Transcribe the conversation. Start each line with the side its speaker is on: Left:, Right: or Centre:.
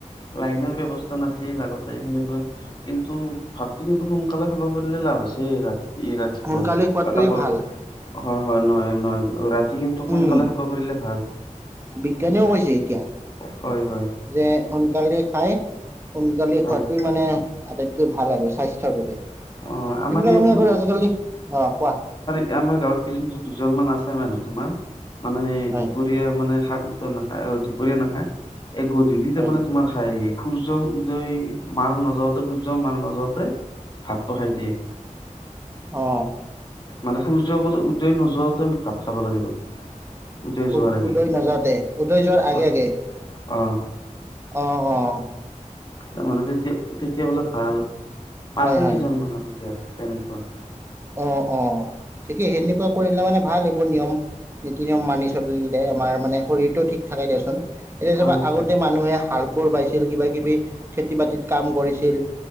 Left: লাইনৰ ব্যৱস্থা নাছিল আগতে সেনেকুৱা। কিন্তু ভাততো কিন্তু সোনকালে খাব পাৰিলে লাভ আছে ৰাতি। ৰাতিপুৱা
Right: সোনকালে খোৱাটোৱে
Left: অ তাপৰ
Right: ভাল।
Left: হয় হয় নহয় নহয় ৰাতি কিন্তু সোনকালে
Right: উম
Left: খাব পাৰিলে ভাল।
Right: বিজ্ঞানেও কৈছে এতিয়া।
Left: হয় হয়।
Right: যে সোনকালে খাই। সোনকালে
Left: হয়
Right: খোৱাতে মানে আটাইতকৈ ভাল আৰু স্বাস্থ্যৰ বাবে।
Left: অ আমাৰ
Right: এইবিলাক
Left: ইয়াত
Right: আমি আজিকালি অ কোৱা।
Left: এতিয়া আমাৰ গাঁৱত কেইজন দুজনমান আছে মানে তোমাৰ মানে
Right: হয়
Left: দুপৰীয়া মানে সাত। ত নাখায় অ দুপৰীয়া নাখায় এই গধূলিতে
Right: হয়
Left: মানে তোমাৰ খায়। সূৰ্য্য উদয় মাৰ নাযাওঁতেই সূৰ্য্য মাৰ নাজাওঁতে ভাতটো খাই দিয়ে।
Right: অ।
Left: মানে সূৰ্য্য বোলে উদয় নোযোৱাতে ভাত খাব লাগে বোলে। উজাই যোৱাৰ
Right: উদ
Left: আগে
Right: উদৈ নাযাওঁতে উদৈ যোৱাৰ আগে
Left: অ
Right: আগে।
Left: অ
Right: অ অ।
Left: তাৰ মানে তেতিয়া তেতিয়া বোলে ভাল
Right: হয়
Left: আছে
Right: হয়
Left: কেইজনমানান আমাৰ ইয়াত তেনেকুৱা।
Right: অ অ ঠিকেই সেনেকুৱা কৰিলে মানে ভাল এইবোৰ নিয়ম। নীতি নিয়ম মানি চলিলে আমাৰ মানে শৰীৰটো ঠিক থাকে দিয়চোন। এতিয়া
Left: হয়
Right: চবা আগতে
Left: হয়
Right: মানুহে হাল কৰ বাইছিল কিবা কিবি খেতি বাতিত কাম কৰিছিল।